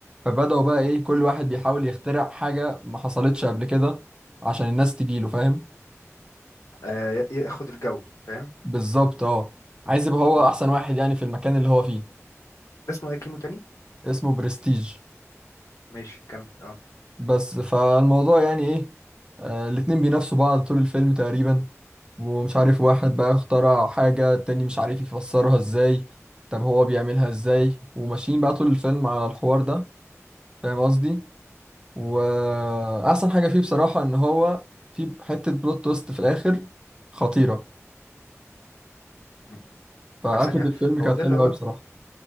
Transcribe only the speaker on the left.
آه ي- ياخد الجو فاهم
مم.
ده اسمه ايه كيمو تاني
ماشي كمل اه
مم.
طب ثانيه واحده
هو ده
اللي هو